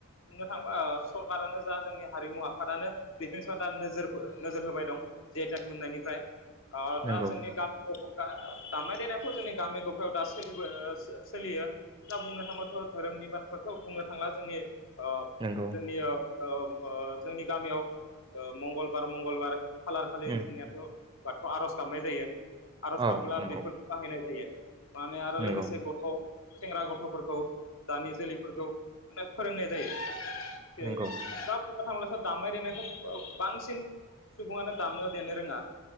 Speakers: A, on the left; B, on the right.
A: बुंनो थांबा ओ सरकारानो जा जोंनि हारिमु आ आफादानो बेफोरनि सायाव दा नोजोर नोजोर होबाय दं जि आइ टेग मोननायनिफ्राय औ दा
B: नंगौ
A: जोंनि गामि दा दामनाय देनायाथ' जोंनि गामि गफायाव दा सोलिबो सोलियो दा बुंनो थाङोबाथ' धोरोमनि बाथ्राखौ बुंनो थांला जोंनि आ
B: नंगौ
A: जोंनि ओ ओम ओ जोंनि गामियाव ओ मंगलबार मंगलबार खालार खालि
B: उम
A: जोंनियाथ' बाथौ आर'ज दामनाय जायो आर'ज
B: औ
A: गाब्ला
B: नंगौ
A: बेफोरखौ बाहायनाय जायो माने आरो
B: नंगौ
A: लोगोसे गथ' सेंग्रा गथ'फोरखौ दानि जोलैफोरखौ माने फोरोंनाय जायो
B: नंगौ
A: ओ सब <unintelligible> दामनाय देनायखौ अ बांसिन सुबुङानो दामनो देनो रोङा